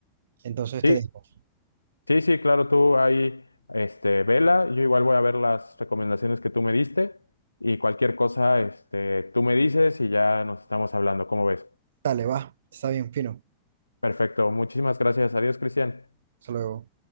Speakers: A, on the right; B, on the left.
A: Entonces te
B: Sí,
A: dejo.
B: sí, sí, claro, tú ahí, este, vela, yo igual voy a ver las recomendaciones que tú me diste, y cualquier cosa, este, tú me dices y ya nos estamos hablando, ¿cómo ves?
A: Dale, va, está bien, fino.
B: Perfecto. Muchísimas gracias. Adiós, Cristian.
A: Hasta luego.